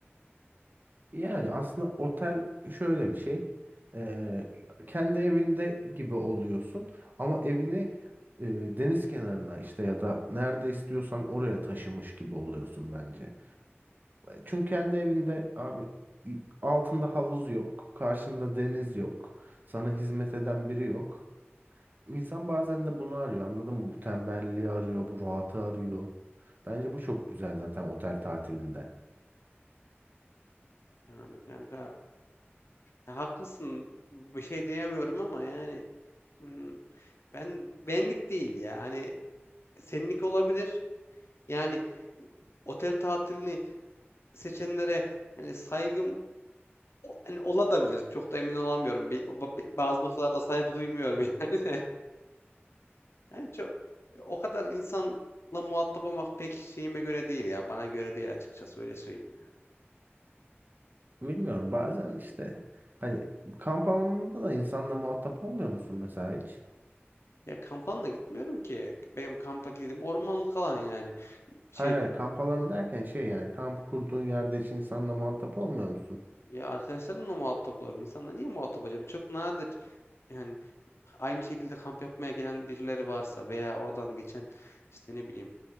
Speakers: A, on the right; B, on the left.
A: Yani aslında otel şöyle bir şey. Ee, kendi evinde gibi oluyorsun ama evini e, deniz kenarına işte ya da nerede istiyorsan oraya taşımış gibi oluyorsun bence. Çünkü kendi evinde abi altında havuz yok, karşında deniz yok, sana hizmet eden biri yok. İnsan bazen de bunu arıyor anladın mı? Bu tembelliği arıyor, bu rahatı arıyor. Bence bu çok güzel zaten otel tatilinde.
B: Yani kanka ya haklısın bir şey diyemiyorum ama yani hmm, ben benlik değil ya. Hani senlik olabilir. Yani otel tatilini seçenlere yani saygım o- hani olabilir. Çok da emin olamıyorum. Bir- ba- bir- Bazı noktalarda saygı duymuyorum yani. <laughs> Yani çok, o kadar insanla muhatap olmak pek şeyime göre değil ya. Bana göre değil açıkçası öyle söyleyeyim ya.
A: Bilmiyorum bazen işte hani kamp alanında da insanla muhatap olmuyor musun mesela hiç?
B: Ya kampanla gitmiyorum ki. Benim kampa gittiğim ormanlık alan yani. Şey
A: Hayır hayır kamp alanı derken şey yani kamp kurduğun yerde hiç insanla muhatap olmuyor musun?
B: ya arkadaşlarımla muhatap olurum. İnsanla niye muhatap olacağım? Çok nadir yani aynı şekilde kamp yapmaya gelen birileri varsa veya oradan geçen işte ne bileyim